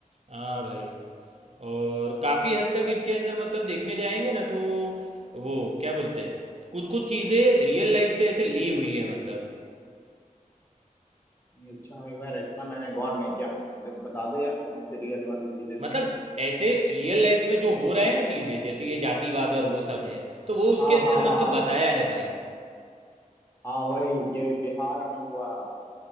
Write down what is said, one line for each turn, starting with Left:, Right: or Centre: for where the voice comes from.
Right: हाँ भाई और काफ़ी हद तक इसके अंदर मतलब देखने जाएंगे ना तो वो क्या बोलते हैं कुछ कुछ चीज़ें रियल लाइफ से ऐसे ली हुई है मतलब
Left: अच्छा यार इतना मैंने गौर नहीं किया मुझे बता दो यार कौन सी रियल वाली चीजें थी
Right: मतलब ऐसे रियल लाइफ में जो हो रहा है ना चीज़ें जैसे ये जातिवाद और वो सब है तो वो उसके
Left: हाँ
Right: अंदर
Left: हाँ
Right: मतलब
Left: हाँ
Right: बताया है भाई
Left: हाँ वही कि बिहार में हुआ